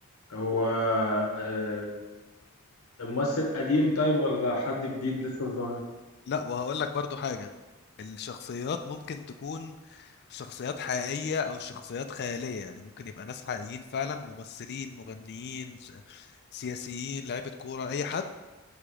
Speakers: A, on the left (about 75°); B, on the left (about 50°).
A: هو آه الممثل قديم طيب ولا حد جديد لسه ظاهر
B: لا وهقول لك برضو حاجة الشخصيات ممكن تكون شخصيات حقيقية أو شخصيات خيالية يعني ممكن يبقى ناس حقيقيين فعلا ممثلين مغنيين س- سياسيين لعيبة كورة أي حد